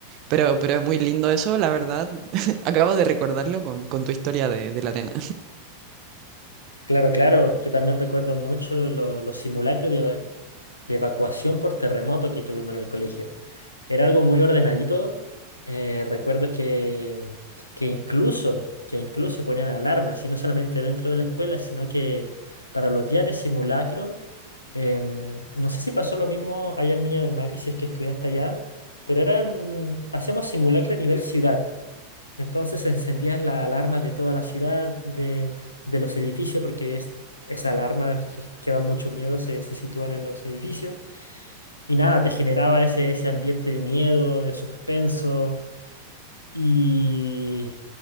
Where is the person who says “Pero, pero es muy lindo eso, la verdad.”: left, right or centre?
Right